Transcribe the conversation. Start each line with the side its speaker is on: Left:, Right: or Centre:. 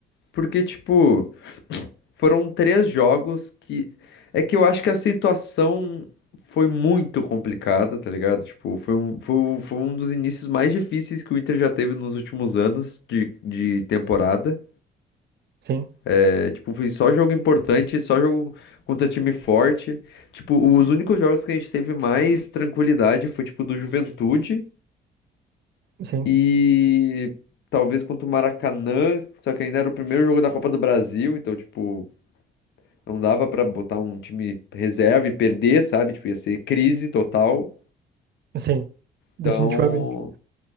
Left: porque, tipo. Foram três jogos que. É que eu acho que a situação foi muito complicada, tá ligado? Tipo, foi um, foi, um- foi um dos inícios mais difíceis que o Inter já teve nos últimos anos de, de temporada.
Right: Sim,
Left: É, tipo, foi só jogo importante, só jogo contra time forte. Tipo, os únicos jogos que a gente teve mais tranquilidade foi, tipo, do Juventude
Right: sim,
Left: e talvez contra o Maracanã, só que ainda era o primeiro jogo da Copa do Brasil, então, tipo. Não dava pra botar um time reserva e perder, sabe? Tipo, ia ser crise total.
Right: sim, definitivamente.
Left: Então,